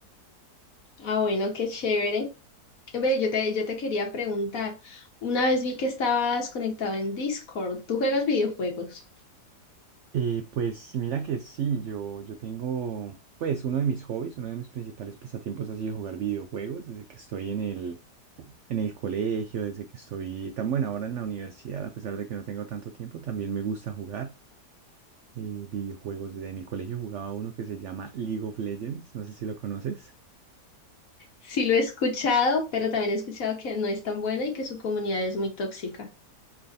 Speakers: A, on the left (about 55°); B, on the right (about 85°).
A: Ah, bueno, qué chévere. Ve, yo te, yo te quería preguntar. Una vez vi que estabas conectado en Discord. ¿Tú juegas videojuegos?
B: Eh, pues mira que sí, yo, yo tengo, pues uno de mis hobbies, uno de mis principales pasatiempos ha sido jugar videojuegos desde que estoy en el en el colegio, desde que estoy tan buena ahora en la universidad, a pesar de que no tengo tanto tiempo, también me gusta jugar eh, videojuegos. Desde en el colegio jugaba uno que se llama League of Legends, no sé si lo conoces.
A: Sí, lo he escuchado, pero también he escuchado que no es tan bueno y que su comunidad es muy tóxica.